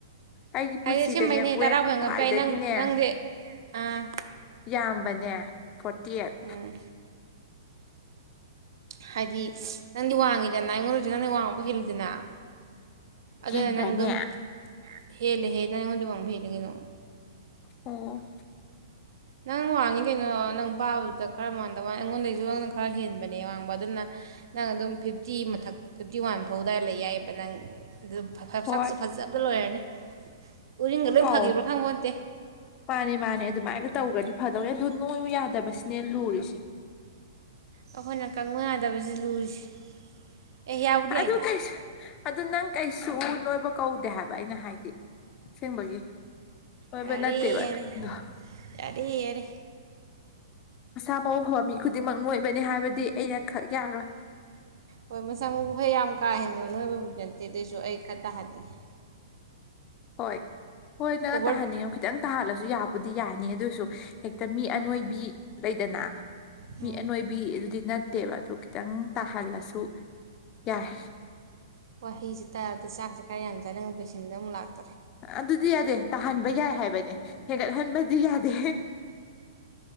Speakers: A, on the left (about 30°); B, on the right (about 70°).
A: ꯑꯩꯒꯤ ꯄꯨꯟꯁꯤꯗꯅꯦ
B: ꯍꯥꯏꯗꯤ ꯑꯁꯦꯡꯕꯩꯅꯦ ꯇꯔꯥꯕꯨ
A: ꯋꯦꯠ
B: ꯍꯦꯟꯒꯠꯄ
A: ꯈ꯭ꯋꯥꯏꯗꯒꯤꯅꯦ
B: ꯌꯥꯏ ꯅꯪ ꯅꯪꯗꯤ ꯑꯥ
A: ꯌꯥꯝꯕꯅꯦ ꯐꯣꯔꯇꯤ ꯑꯩꯠ
B: ꯎꯝ ꯍꯥꯏꯗꯤ ꯅꯪꯗꯤ ꯋꯥꯡꯉꯤꯗꯅ ꯑꯩꯉꯣꯟꯗꯗ ꯅꯪꯅ ꯋꯥꯡꯕ ꯍꯦꯜꯂꯤꯨꯗꯅ ꯑꯗ
A: ꯍꯦꯟꯕ꯭ꯔꯅꯦ
B: ꯅ ꯑꯗꯨꯝ ꯍꯦꯜꯂ ꯍꯦ ꯇꯅ ꯈꯣꯣꯏꯗꯤꯕ ꯑꯃꯨ ꯍꯦꯜꯒꯅꯣ
A: ꯑꯣ
B: ꯅꯪ ꯋꯥꯡꯉꯤ ꯀꯩꯅꯣ ꯅꯪ ꯄꯥꯕꯗꯨꯗ ꯈꯔ ꯃꯗ ꯋꯥ ꯑꯩꯉꯣꯟꯗꯩꯁꯨ ꯅꯪ ꯈꯔ ꯍꯦꯟꯕꯅꯦ ꯋꯥꯡꯕ ꯑꯗꯨꯅ ꯅꯪ ꯑꯗꯨꯝ ꯐꯤꯐꯇꯤ ꯃꯊꯛ ꯐꯤꯐꯇꯤ ꯋꯥꯟ ꯐꯧ ꯑꯗꯨꯋꯥꯏꯗ ꯂꯩ ꯌꯥꯏꯑꯕ ꯅꯪ ꯑꯗꯨ
A: ꯍꯣꯏ
B: ꯁꯛꯁꯨ ꯐꯖꯕ ꯂꯣꯏꯔꯅꯤ ꯎꯔꯤꯡꯒ ꯂꯣꯏ
A: ꯑꯧ
B: ꯐꯈꯤꯕ꯭ꯔꯣ ꯈꯪꯕꯇꯦ
A: ꯃꯥꯅꯦ ꯃꯥꯅꯦ ꯑꯗꯨꯃꯥꯏꯅ ꯇꯧꯒ꯭ꯔꯗꯤ ꯐꯗꯧꯅꯦ ꯑꯗꯨ ꯅꯣꯏꯨ ꯌꯥꯗꯕꯁꯤꯅꯦ ꯂꯨꯔꯤꯁꯦ
B: ꯑꯩꯈꯣꯏꯅ ꯀꯪꯕ ꯌꯥꯗꯕꯁꯤ ꯂꯨꯔꯤꯁꯦ ꯑꯦ ꯌꯥꯕꯨꯗꯤ ꯌꯥꯏꯗ
A: ꯑꯗꯨ ꯀꯩꯁꯨ ꯑꯗꯨ ꯅꯪ ꯀꯩꯁꯨ ꯅꯣꯏꯕ ꯀꯧꯗꯦ ꯍꯥꯏꯕ ꯑꯩꯅ ꯍꯥꯏꯗꯤ ꯁꯦꯡꯕꯒꯤ ꯍꯣꯏꯕ
B: ꯌꯥꯔꯦ
A: ꯅꯠꯇꯦꯕ
B: ꯌꯥꯔꯦ
A: ꯅꯗꯣ
B: ꯌꯥꯔꯦ ꯌꯥꯔꯦ
A: ꯁꯥ ꯃꯧ ꯍꯝ ꯈꯨꯗꯤꯡꯃꯛ ꯂꯣꯏꯕꯅꯤ ꯍꯥꯏꯕꯗꯤ ꯑꯩꯅ ꯈ ꯌꯥꯌꯥꯔꯣꯏ
B: ꯍꯣꯏ ꯃ ꯑꯃ ꯍꯩ ꯌꯥꯝ ꯀ ꯍꯥꯏ ꯈꯥꯟꯅꯕꯕꯨꯗꯤ ꯅꯠꯇꯦ ꯑꯗꯨꯑꯣꯏꯁꯨ ꯑꯩ ꯈꯔ ꯇꯥꯍꯟꯅꯤꯡꯉꯤ
A: ꯍꯣꯏ ꯍꯣꯏ ꯅꯪ
B: ꯑꯣꯚꯔ
A: ꯇꯍꯟꯅꯤꯡꯉꯣ ꯈꯤꯇꯪ ꯇꯥꯍꯜꯂꯁꯤ ꯁꯨ ꯌꯥꯕꯨꯗꯤ ꯌꯥꯅꯤ ꯑꯗꯨꯑꯣꯏꯁꯨ ꯍꯦꯛꯇ ꯃꯤ ꯑꯅꯣꯏꯕꯤ ꯂꯩꯗꯅ
B: ꯎꯝ
A: ꯃꯤ ꯑꯅꯣꯏꯕꯤ ꯑꯗꯨꯗꯤ ꯅꯠꯇ ꯠꯇꯦꯕ ꯑꯗꯨ ꯈꯤꯇꯪ ꯇꯥꯍꯜꯂꯁꯨ ꯌꯥꯏ
B: ꯍꯩꯤꯁꯦ ꯇꯥꯔꯗ ꯆꯥꯛꯁꯦ ꯈꯔ ꯌꯥꯝ ꯆꯅꯅꯤꯡꯕ ꯄꯦꯁꯤꯟꯗ ꯑꯃꯨꯛ ꯂꯥꯛꯦ
A: ꯑꯗꯨꯗꯤ ꯌꯥꯗꯦ ꯇꯥꯍꯟꯕ ꯌꯥꯏ ꯍꯥꯏꯕꯅꯤ ꯍꯦꯟꯒꯠꯍꯟꯕꯗꯤ ꯌꯥꯗꯦ